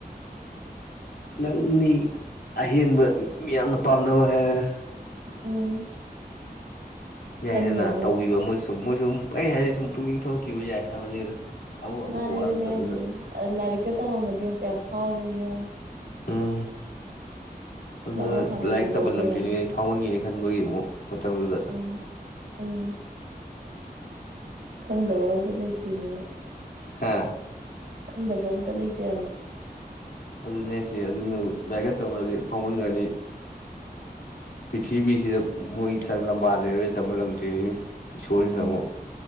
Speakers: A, on the left; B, on the right.
A: <inaudible> ꯅꯪꯅꯤ ꯑꯍꯦꯟꯕ ꯃꯤꯌꯥꯝꯅ ꯄꯥꯝꯅꯕ ꯍꯥꯏꯔꯒ
B: ꯎꯝ
A: ꯌꯥꯏꯗꯅ
B: ꯈꯟꯅꯤ ꯌꯦꯡꯉꯣ
A: ꯇꯧꯕꯤꯕ
B: ꯌꯦꯡꯉꯣ
A: ꯃꯣꯏꯁꯨ ꯃꯣꯏꯗꯨꯝ ꯄꯨꯍꯥꯏ ꯍꯥꯏꯗꯤ ꯁꯨꯝ ꯄꯨꯛꯅꯤꯡ ꯊꯧꯒꯠꯈꯤꯕ ꯌꯥꯏ ꯍꯥꯏꯕꯅꯤꯗ ꯑꯃꯨꯛ ꯑꯃꯨꯛ
B: ꯃꯥꯅꯦ
A: ꯋꯥꯅ
B: ꯑꯗꯨꯅꯦ
A: ꯇꯧꯔꯤꯗ
B: ꯍꯥꯏꯁꯦ ꯑ ꯂꯔꯤꯛꯀ ꯇꯝꯃꯝꯃꯗꯤ ꯀꯌꯥꯝ ꯐꯎꯥꯔꯅꯤ ꯌꯦꯡꯉꯣ
A: ꯎꯝ ꯑꯗꯨꯅ
B: ꯂꯥꯛꯅ ꯐꯥꯅ
A: ꯂꯥꯏꯔꯤꯛ
B: ꯉꯝꯗꯧꯅꯔꯅꯤ
A: ꯇꯝꯍꯜꯂꯝꯗ꯭ꯔꯤꯅꯤꯅꯦ ꯐꯥꯎꯍꯟꯒꯦ ꯈꯟꯕꯒꯤ ꯑꯃꯨꯛ ꯄꯠꯇꯗꯨꯗ <unintelligible>
B: ꯎꯝ ꯎꯝ ꯈꯪꯗꯕ ꯑꯝꯁꯨ ꯂꯩꯇꯦꯕꯣ
A: ꯍꯥ
B: ꯈꯪꯗꯕ ꯑꯝꯇ ꯂꯩꯇꯦ ꯍꯥꯏꯕ
A: ꯑꯗꯨꯅꯦ ꯁꯤ ꯑꯗꯨꯅꯕꯨ ꯂꯥꯏꯔꯤꯛꯀ ꯇꯝꯃꯝꯒ꯭ꯔꯗꯤ ꯐꯥꯎꯃꯟꯒꯅꯤ ꯄ꯭ꯔꯤꯊꯤꯕꯤꯁꯤꯗ ꯃꯣꯏ ꯆꯪ ꯂꯝꯕꯥ ꯂꯩꯔꯣꯏ ꯇꯝꯍꯜꯂꯝꯗ꯭ꯔꯤꯅꯤꯅꯦ ꯏꯁꯣꯔꯁꯤꯅꯥ
B: ꯎꯝ
A: ꯑꯃꯨꯛ